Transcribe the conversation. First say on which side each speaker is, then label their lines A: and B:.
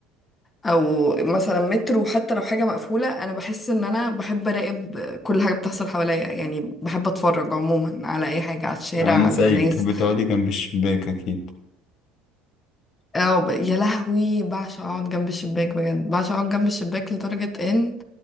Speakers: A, on the left (about 20°); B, on the left (about 55°).
A: او مثلا مترو حتى لو حاجة مقفولة انا بحس ان انا بحب اراقب كل حاجة بتحصل حواليا يعني بحب اتفرج عموما على اي حاجة على الشارع
B: انا
A: على
B: زيك
A: الناس
B: بتحبي تقعدي جنب الشباك اكيد
A: اه ب- يا لهوي بعشق اقعد جنب الشباك بجد بعشق اقعد جنب الشباك لدرجة ان